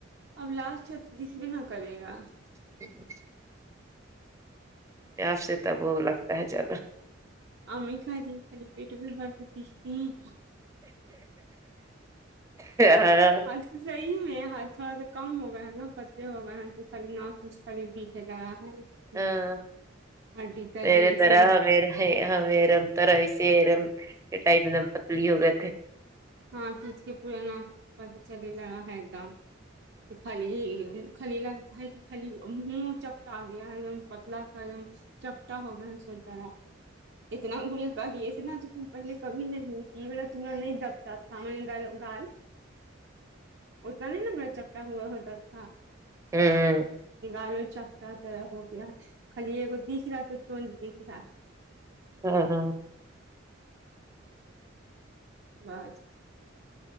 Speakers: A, on the right; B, on the right.
A: اب لاسٹ ہے تو دکھ بھی نہ کرے گا
B: <unintelligible> آپ سے تب وہ لگتا ہے زیادہ
A: امی کھرہی خالی پیٹ بھی برد دکھتی ہیں
B: ہاں
A: آج صحیح میں ہاں تھوڑا سا کم ہو گیا ہے نا پتلے ہو گئے ہیں تو خالی ناس ووس خری دکھے لگا ہے
B: اں
A: ہڈی تڈی
B: میرے
A: ایسی
B: طرح میرے ہم ایرم تور ایسے ارم کے ٹائم ایک دم پتلی ہو گئے تھے
A: ہاں چس کے پورانا پتہ چل لا ہے ایک دم خالی خالی لگتا ہے کہ خالی منہ چپتا آ گیا ہے پتلا سا ایم چپٹا ہوگیا سو طرح اتنا گڑیاں کاریی اتنا تو تم پہلے کبھی نہیں ہوئی تھی ب تمہنے نہیں دب تا تھامے نکالو گال اتنا نہیں نا میرا چپٹا ہوا ہوتا تھا
B: ہوں ہوں
A: الو چپٹا طرح ہو گیا خالی دکھ رہا تو توند دکھ رہا
B: <unintelligible>
A: بس